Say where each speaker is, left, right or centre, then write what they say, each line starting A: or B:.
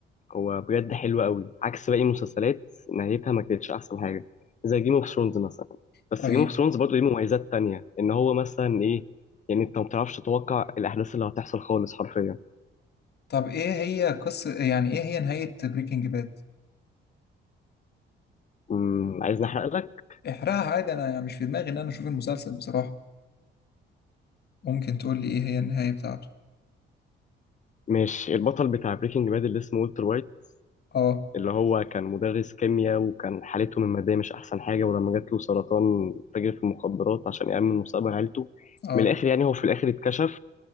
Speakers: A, on the left; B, on the left.
A: هو بجد حلو قوي عكس باقي المسلسلات نهايتها ما كانتش احسن حاجه زي جيم اوف ثرونز مثلا بس
B: طيب
A: جيم اوف ثرونز برضه ليه مميزات تانية ان هو مثلا ايه يعني انت ما بتعرفش تتوقع الاحداث اللي هتحصل خالص حرفيا
B: طب ايه هي قصة يعني ايه هي نهاية بريكنج باد
A: امم عايز نحرق لك
B: احرقها عادي انا يعني مش في دماغي ان انا اشوف المسلسل بصراحة ممكن تقول لي ايه هي النهاية بتاعته
A: مش البطل بتاع بريكنج باد اللي اسمه والتر وايت
B: اه
A: اللي هو كان مدرس كيمياء وكان حالته من المادية مش أحسن حاجة ولما جات له سرطان تاجر في المخدرات عشان يأمن مستقبل عيلته
B: اه
A: من الآخر يعني هو في الآخر اتكشف